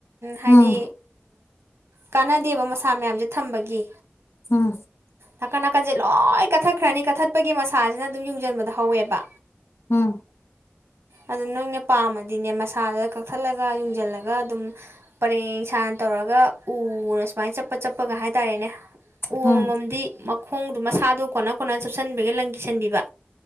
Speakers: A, on the right (about 85°); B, on the left (about 65°).
A: ꯍꯥꯏꯗꯤ
B: ꯎꯝ
A: ꯀꯥꯟꯅꯗꯦꯕ ꯃꯁꯥ ꯃꯌꯥꯝꯁꯦ ꯊꯝꯕꯒꯤ
B: ꯎꯝ
A: ꯅꯥꯀꯟ ꯅꯥꯀꯟꯁꯦ ꯂꯣꯏ ꯀꯠꯊꯠꯈ꯭ꯔꯅꯤ ꯀꯠꯊꯠꯄꯒꯤ ꯃꯁꯥꯁꯤꯅ ꯑꯗꯨꯝ ꯌꯨꯡꯁꯤꯟꯕꯗ ꯍꯧꯋꯦꯕ
B: ꯎꯝ
A: ꯑꯗꯨ ꯅꯣꯏꯅ ꯄꯥꯝꯃꯗꯤꯅꯦ ꯃꯁꯥꯗ ꯀꯛꯊꯠꯂꯒ ꯌꯨꯡꯁꯤꯜꯂꯒ ꯑꯗꯨꯝ ꯄꯔꯦꯡ ꯁꯅ ꯇꯧꯔꯒ ꯎꯅ ꯁꯨꯃꯥꯏꯅ ꯆꯠꯄ ꯆꯠꯄꯒ ꯍꯥꯏꯇꯥꯔꯦꯅꯦ ꯎ
B: ꯎꯝ
A: ꯑꯃꯃꯝꯗꯤ ꯃꯈꯣꯡꯗꯨꯣ ꯃꯁꯥꯗꯨꯣ ꯀꯣꯟꯅ ꯀꯣꯟꯅ ꯆꯨꯞꯁꯤꯟꯕꯒꯤ ꯂꯪ ꯁꯟꯕꯤꯕ